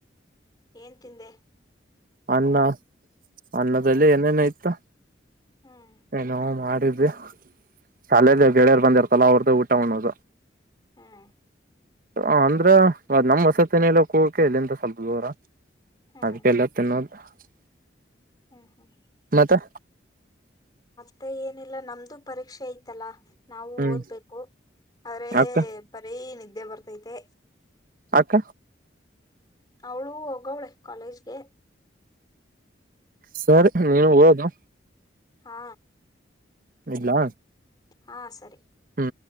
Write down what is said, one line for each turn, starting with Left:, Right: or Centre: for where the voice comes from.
Left: ಏನ್ ತಿಂದೆ
Right: ಅನ್ನ ಅನ್ನದಲ್ಲಿ
Left: ಹ್ಮ್
Right: ಏನೇನ ಇತ್ತು
Left: ಹ್ಮ್
Right: ಎನೋ ಮಾಡ <unintelligible> ಶಾಲೆಯಿಂದ ಗೆಳೆಯರ್ ಬಂದಿರ್ತಲ್ಲ ಅವ್ರದ್ದ ಊಟ ಉಣೋದು
Left: ಹ್ಮ್
Right: ಅಂದ್ರ ನಮ್ ವಸತಿ ನಿಲಯಕ್ ಹೋಗೋಕೆ ಇಲ್ಲಿಂದ ಸ್ವಲ್ಪ ದೂರ
Left: ಹ್ಮ್
Right: ಅದಕ್ಕೆಲ್ಲ <unintelligible>
Left: ಹ್ಮ್ ಹ್ಮ್
Right: ಮತ್ತೆ
Left: ಮತ್ತೆ ಏನಿಲ್ಲ ನಮ್ದು ಪರೀಕ್ಷೆ ಐತಲ್ಲಾ ನಾವು
Right: ಹ್ಮ್
Left: ಓದ್ಬೇಕು ಆದ್ರೆ
Right: ಅಕ್ಕ
Left: ಬರೀ ನಿದ್ದೆ ಬರ್ತೈತೆ
Right: ಅಕ್ಕ?
Left: ಅವ್ಳು ಓಗವಳೇ ಕಾಲೇಜ್ಗೆ
Right: ಸರಿ ನೀನ್ ಓದು
Left: ಹಾ
Right: ಇಡ್ಲಾ
Left: ಹಾ ಸರಿ
Right: ಹ್ಮ